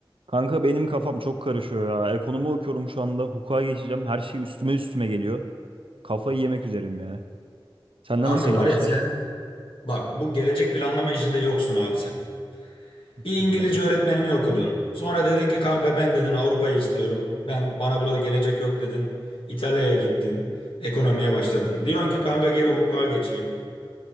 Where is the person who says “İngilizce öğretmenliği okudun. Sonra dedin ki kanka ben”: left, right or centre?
Left